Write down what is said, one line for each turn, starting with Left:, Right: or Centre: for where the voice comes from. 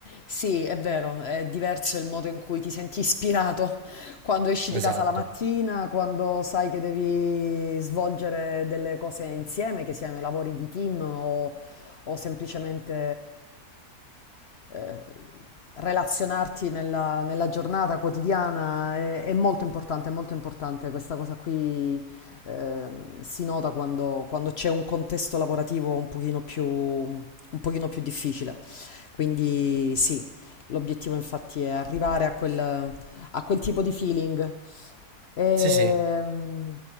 Left: Sì, è vero, è diverso il modo in cui ti senti ispirato quando esci di casa
Right: Esatto.
Left: la mattina, quando sai che devi svolgere delle cose insieme, che siano i lavori di team o, o semplicemente eh, relazionarti nella, nella giornata quotidiana. È, è molto importante, è molto importante. Questa cosa qui eh, si nota quando, quando c'è un contesto lavorativo un pochino più, un pochino più difficile. Quindi sì, l'obiettivo infatti è arrivare a quel, a quel tipo di feeling. Ehm,
Right: Sì, sì.